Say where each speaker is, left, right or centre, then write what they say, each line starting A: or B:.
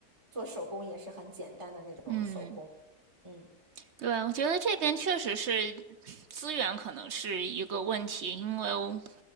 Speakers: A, on the right; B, on the right.
A: 做手工也是很简单的那种，
B: 嗯。
A: 嗯
B: 对，我觉得这边确实是资源可能是一个问题，因为我